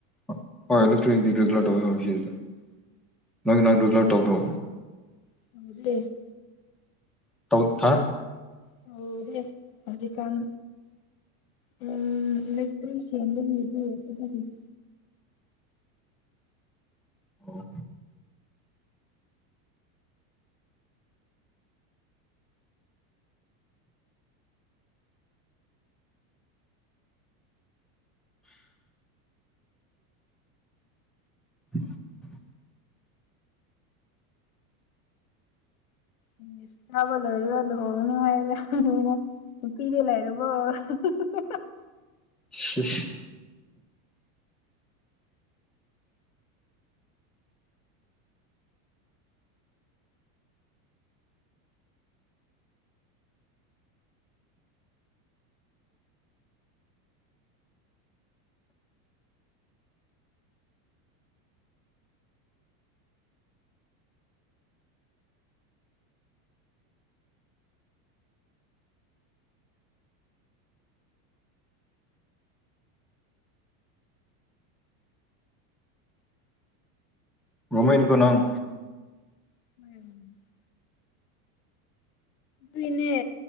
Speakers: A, in the centre; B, on the left.
A: <unintelligible> ꯅꯪꯒꯤ ꯅꯍꯥꯟ ꯔꯤꯒꯨꯂꯔ ꯇꯧꯗ꯭ꯔꯣ
B: <unintelligible>
A: ꯇꯧ ꯊꯥ
B: ꯇꯧꯗꯦ ꯍꯧꯖꯤꯛ ꯀꯥꯟ ꯎꯝ ꯏꯂꯦꯛꯇꯔ꯭ꯤꯛ ꯁꯦꯡꯕꯒꯤꯗꯤ <unintelligible>
A: ꯑꯣ <unintelligible>
B: ꯑꯦꯡꯂꯤꯁ ꯀꯥꯕꯥ ꯑꯣꯏꯔꯒ ꯂꯨꯍꯣꯡꯉꯥꯅꯤ <unintelligible> ꯅꯨꯄꯤꯗꯤ ꯂꯩꯔꯕꯣ <unintelligible>
A: ꯁꯤꯁ ꯔꯣꯃꯩ ꯅꯤꯀꯣ ꯅꯪ
B: <unintelligible> ꯅꯣꯏꯒꯤꯅꯦ